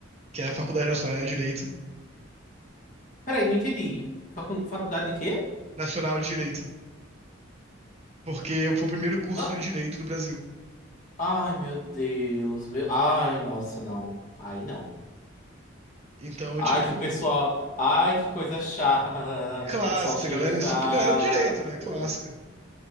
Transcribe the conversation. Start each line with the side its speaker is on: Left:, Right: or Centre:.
Right: que é a Faculdade Nacional de Direito,
Left: Peraí, não entendi. Facu- faculdade de quê?
Right: Nacional de Direito. Porque eu fui o primeiro curso
Left: Ah,
Right: de direito do Brasil.
Left: ai, meu Deus. Meu... Ai, nossa, não. Aí não.
Right: Então,
Left: Ai,
Right: tipo,
Left: que pessoal. Ai, que coisa <laughs> chata.
Right: é clássico,
Left: Que pessoal cheio
Right: essa galera
Left: chato.
Right: é super. Galera do direito, né? Clássica.